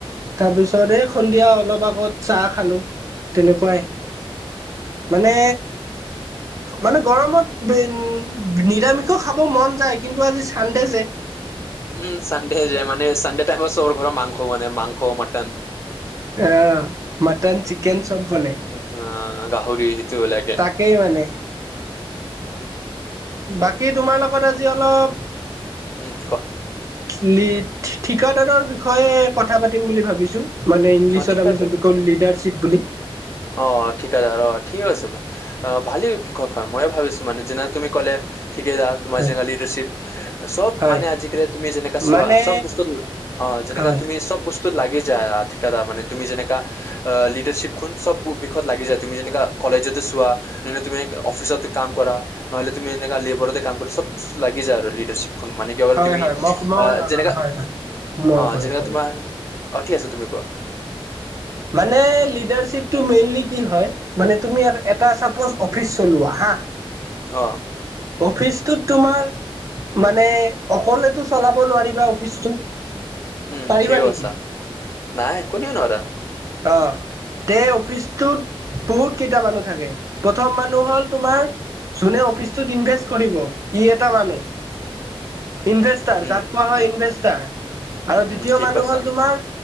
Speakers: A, on the right; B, on the left.
A: তাৰ পিছত এই সন্ধিয়া অলপ আগত চাহ খালো, তেনেকুৱাই মানে মানে গৰমত নিৰামিষো খাব মন যায়, কিন্তু আজি চানডে যে!
B: উম, চানডে যে, মানে চানডে টাইমত সবৰ ঘৰত মংস বনায়, মাংস, মটন
A: আ, মটন, চিকেন চব বনায়।
B: অ অ গাহৰি, এইটো বেলেগে
A: তাকেই মানে বাকী তোমাৰ লগত আজি অলপ
B: উম, ক।
A: টি, ঠিকাদাৰৰ বিষয়ে কথা পাতিম বুলি ভাবিছোঁ। মানে ইংলিছত
B: অ ঠিক
A: আমি
B: আছে
A: জোনটো কও লীডাৰশ্বিপ বুলি
B: অ', ঠিকাদাৰ অ', সিও আছে মানে। আহ ভালেই বিষয় হয়, মৰয়ে ভাবিছো মানে, যে তুমি ক'লে ঠিকেইদাৰ তোমাৰ
A: হয়
B: যি লীডাৰশ্বীপ চব
A: হয়
B: মানে, আজিকালি তুমি যেনেকা চোৱা,
A: মানে
B: চব বস্তু অ', যেনেকা
A: হয়
B: তুমি চব বস্তু ত লাগি যায় ঠিকাদাৰ মানে, তুমি যেনেকা লীডাৰশ্বীপ খন চব বিষয়ত লাগি যায়, তুমি যেনেকা কলেজতে চোৱা, যেনে তুমি অফিচতে কাম কৰা। নহ'লে তুমি এনেকা লেবৰতে কাম কৰি চব বস্তুতে লাগি যায়, আৰু লীডাৰশ্বীপ খন মানে। কিয়,
A: হয়
B: তুমি
A: হয় মই মই
B: অ', যেনেকা
A: হয় হয় মই
B: অ',
A: কৈ
B: যেনেকা
A: আছো
B: তোমাৰ অ', ঠিক আছে তুমি কোৱা।
A: মানে লিডাৰশ্বিপটো মেইনলি কি হয় মানে তুমি এটা চাপজ, অফিচ চলোৱা হা।
B: অ'।
A: অফিচটোত তোমাৰ মানে, অকলেতো চলাব নোৱাৰিবা অফিচটো।
B: উম,
A: পাৰিবা
B: ঠিকে কৈছা,
A: নেকি
B: নাই কোনেও নোৱাৰা।
A: অ'। তে, অফিচটোত বহুত কেইটা মানুহ থাকে, প্ৰথম মানুহ হ'ল তোমাৰ যোনে অফিচটোত ইনভেষ্ট কৰিব, ই এটা মানুহ।
B: <inaudible>
A: ইনভেষ্টাৰ,
B: উম
A: যাক কোৱা হয় ইনভেষ্টাৰ। আৰু
B: উম,
A: দ্বিতীয়
B: ঠিক
A: মানুহ
B: কৈছা।
A: হ'ল তোমাৰ